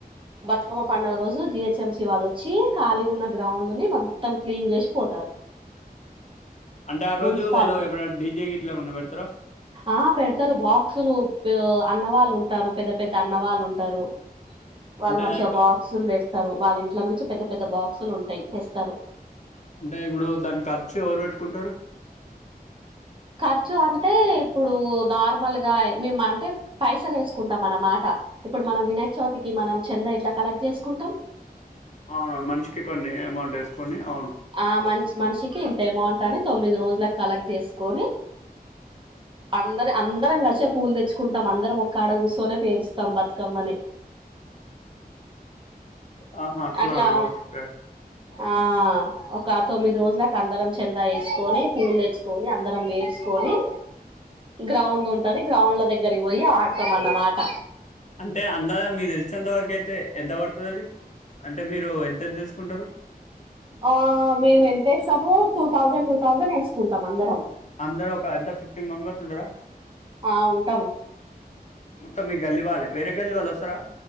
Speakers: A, on the right; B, on the left.
A: బతుకమ్మ పండుగ రోజు డిహెచ్ఎంసి వెళ్లొచ్చి కాలిగున్న గ్రౌండ్ ని మన్ మొత్తం క్లీన్ చేసి పోతారు.
B: అంటే ఆరోజు
A: మున్సిపాలిటీ
B: వాళ్ళు ఎప్పుడన్నా డీజే గిట్లా ఏమన్నా పెడతారా?
A: ఆ పెడతారు బా క్సులు బే అన్న వాళ్ళు ఉంటారు పెద్ద పెద్ద అన్నవాళ్ళు ఉంటారు. వాళ్ళు
B: అంటే
A: మంచిగా
B: అదొక
A: బాక్ క్సులు తెస్తారు, వాళ్ళ ఇంట్ల నుంచి పెద్ద పెద్ద బాక్సులు ఉంటాయి తెస్తారు.
B: అంటే ఇప్పుడు దాని ఖర్చు ఎవరు పెట్టుకుంటారు?
A: ఖర్చు అంటే ఇప్పుడు నార్మల్గా మేము అంటే పైసలు వేసుకుంటాం అన్నమాట. ఇప్పుడు మనం వినాయకచవితికి మనం చందా ఎట్లా కలెక్ట్ చేసుకుంటాం.
B: అవునవును మంచికి కొన్ని అమౌంట్ వేసుకొని అవును
A: ఆ మన్స్ మనిషికి ఇంత అమౌంట్ అని తొమ్మిది రోజులకి కలెక్ట్ చేసుకొని అందరి అందరం కలిసే పూలు తెచ్చుకుంటాం అందరం ఒక్కాడ కూర్చొని పేరుస్తాం బతుకమ్మని.
B: ఆంట్ ఆహా అట్లానా
A: అట్లా
B: ఓకే
A: ఆ ఒక తొమ్మిది రోజులకు అందరం చందా వేసుకొని పూలు తెచ్చు కోని అందరం పేర్చుకోని గ్రౌండ్ ఉంటది గ్రౌండ్ల దగ్గరకి పోయి ఆడతాం అన్నమాట
B: అంటే అందరా మీరు తెలిసినంతవరకు అయితే ఎంత పడుతది అది అంటే మీరు ఎంత ఎంత ఏసుకుంటారు?
A: ఆ మేము ఎంత వేస్తాము, టూ థౌజండ్ టూ థౌజండ్ వేసుకుంటాం అందరం.
B: అందరు ఒక ఎంత ఫిఫ్టీన్ మెంబర్స్ ఉంటారా?
A: ఆ ఉంటాం
B: మొత్తం మీ గల్లీవాళ్ళే, వేరే గల్లీవాళ్ళు వస్తారా?